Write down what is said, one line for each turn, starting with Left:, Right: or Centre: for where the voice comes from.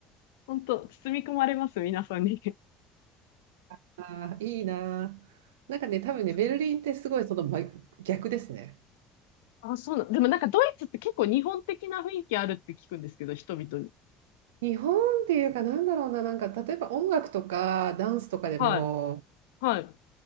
Left: 本当、包み込まれます、皆さんに。<laughs>
Right: ああー、いいなー。なんかね、多分ね、
Left: そう
Right: ベルリンってすごいその真逆ですね。
Left: あ、そうな、でもなんかドイツって結構日本的な雰囲気あるって聞くんですけど、人々に。
Right: 日本っていうかなんだろうな、なんか例えば音楽とかダンスとかでも、
Left: はい、はい。